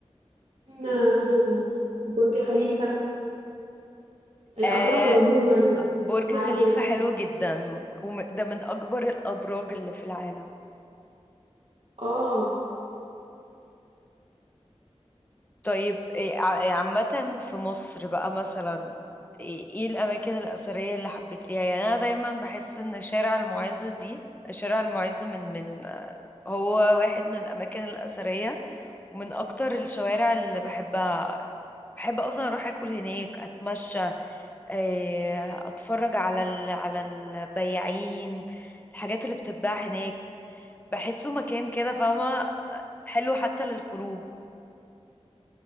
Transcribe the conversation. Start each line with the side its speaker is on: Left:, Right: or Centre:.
Right: آه، دو- برج خليفة الأبراج
Left: آه
Right: عموما
Left: برج
Right: العالية
Left: خليفة
Right: دي
Left: حلو جدا وده من اكبر الابراج اللي في العالم
Right: اه
Left: طيب إيه ع- إيه عامة في مصر بقى مثلا ايه إيه الاماكن الاثرية اللي حبيتيها يعني انا دايما بحس ان شارع المعز دي شارع المعز من من هو واحد من الاماكن الاثرية ومن اكتر الشوارع اللي بحبها بحب اصلا اروح اكل هناك اتمشى إيه، اتفرج على ال... على البياعين الحاجات اللي بتتباع هناك بحسه مكان كده فاهمة حلو حتى للخروج